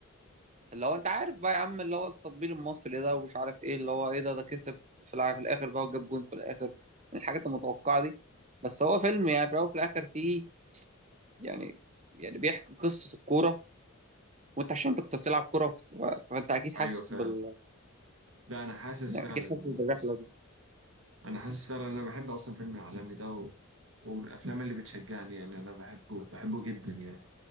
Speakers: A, on the right; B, on the right.
A: اللي هو انت عارف بقى يا عم اللي هو التطبيل المصري ده ومش عارف ايه اللي هو ايه ده ده كسب في الع- في الاخر بقى وجاب جون في الاخر الحاجات المتوقعه دي بس هو فيلم يعني في الاول وفي الاخر فيه يعني يعني بيحكي قصه الكوره وانت عشان انت كنت بتلعب كوره ف- فانت اكيد حاسس
B: ايوه فعلا
A: بال
B: لا انا حاسس
A: يعني
B: فعلا
A: اكيد حاسس
B: انا
A: بالرحله
B: حاسس
A: دي
B: انا حاسس فعلا انا بحب اصلا فيلم العالمي ده و... ومن الافلام اللي بتشجعني يعني انا بحبه بحبه جدا يعني